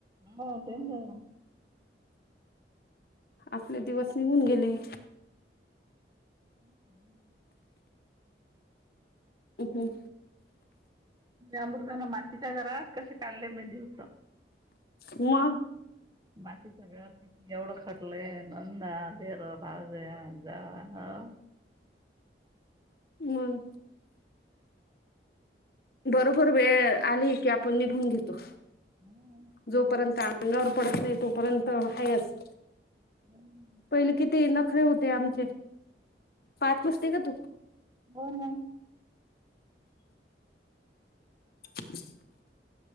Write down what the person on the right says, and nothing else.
मग डेंजर ना.
हम हम.
अमृताना मातीच्या घरात कसे काढले मय दिवसा.
मातीच्या घरात. एवढं खटलंय नंदा देर भाज्या जावा ह.
हम.
हम.
हो ना.